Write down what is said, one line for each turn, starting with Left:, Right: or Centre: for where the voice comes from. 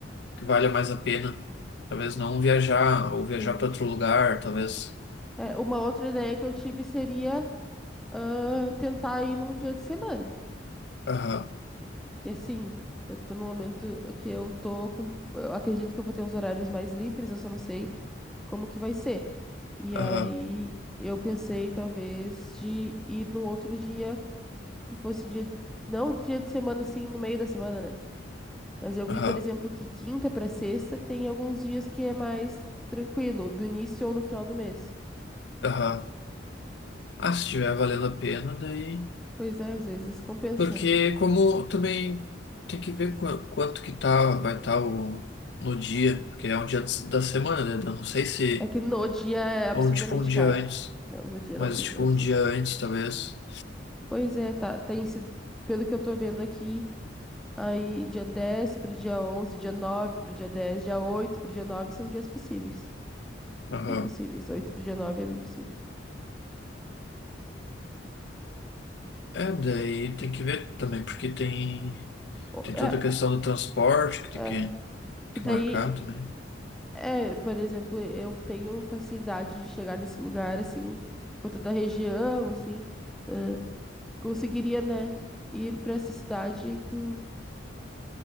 Left: que valha mais a pena. Talvez não viajar ou viajar
Centre: sim.
Left: para outro lugar, talvez.
Centre: É, uma outra ideia que eu tive seria ah, tentar ir num dia de semana.
Left: Aham,
Centre: Que assim, eu tô num momento que eu tô com. Eu acredito que eu vou ter uns horários mais livres, eu só não sei como que vai ser. E
Left: aham,
Centre: aí eu pensei talvez de ir num outro dia que fosse dia de, não dia de semana assim, no meio da semana, né? Mas eu vi,
Left: aham,
Centre: por exemplo, que quinta pra sexta tem alguns dias que é mais tranquilo, do início ou no final do mês.
Left: aham. Ah, se estiver valendo a pena, daí.
Centre: Pois é, às vezes compensa.
Left: Porque como também tem que ver qua- quanto que tá, vai estar o no dia, porque é um dia des- da semana, né? Eu não sei se.
Centre: É que no dia é absurdamente
Left: Ou tipo um dia
Centre: caro.
Left: antes.
Centre: Não, no dia
Left: Mas
Centre: não tem,
Left: tipo
Centre: é impossível.
Left: um dia antes, talvez.
Centre: Pois é, tá, tem sido, pelo que eu tô vendo aqui, aí dia 10 pro dia onze dia 9 pro dia dez dia 8 pro dia 9 são dias possíveis.
Left: Aham.
Centre: Bem possíveis. 8 pro dia 9 é bem possível.
Left: É, daí tem que ver também, porque tem,
Centre: Ó,
Left: tem
Centre: É,
Left: toda a questão do transporte que
Centre: é.
Left: tem que,
Centre: Que daí,
Left: que marcar também.
Centre: é, por exemplo, eu tenho facilidade de chegar nesse lugar, assim, por conta da região, assim. ãh, conseguiria, né, ir pra essa cidade com